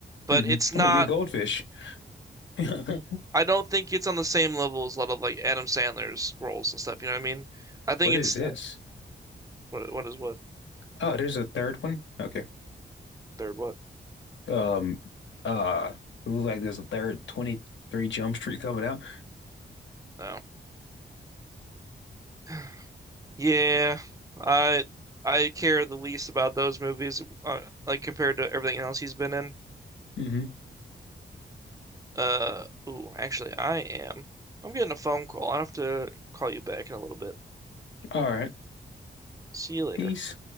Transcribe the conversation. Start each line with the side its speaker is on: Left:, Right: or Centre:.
Right: but
Left: hmm
Right: it's not
Left: I mean, yeah, goldfish. <laughs>
Right: I don't think it's on the same level as a lot of like Adam Sandler's roles and stuff. You know what I mean? I think
Left: What
Right: it's
Left: is this?
Right: what what is what
Left: Oh, there's a third one. Okay.
Right: third what?
Left: Um, uh, it looks like there's a third 23 Jump Street coming out.
Right: No. <sighs> Yeah, I I care the least about those movies, uh, like compared to everything else he's been in.
Left: Mm-hmm.
Right: Uh, ooh, actually, I am. I'm getting a phone call. I'll have to call you back in a little bit.
Left: All right.
Right: See you later.
Left: Peace.